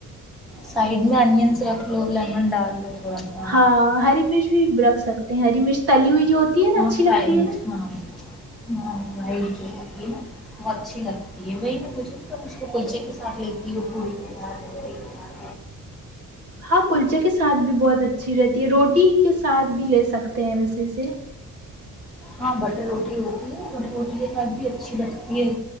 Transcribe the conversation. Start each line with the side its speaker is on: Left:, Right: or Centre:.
Centre: سائیڈ میں اونین سے رکھلو لو لیمن ڈال تھوڑا سا
Right: ہاں ہری مرچ بھی رکھ سکتے ہیں ہری مچ تلی ہوئی جو ہوتی ہے نا
Centre: ہاں
Right: اچھی
Centre: فرائی
Right: لگتی
Centre: مرچ،
Right: ہے نا
Centre: ہاں ہاں وائٹ جو ہوتی ہے نا وہ اچھی لگتی ہے وہی میں مھے اس کو کلچے کے ساتھ لیتی پوڑی کے ساتھ روے کے سات
Right: ہاں کلچے کے ساتھ بھی بہت اچھی رہتی ہے روٹی کے ساتھ بھی لے سکتے ہیں ویسےے
Centre: ہاں بٹر روٹی ہوتی ہے بٹر روٹی کے ساتھ بھی اچھی لگتی ہے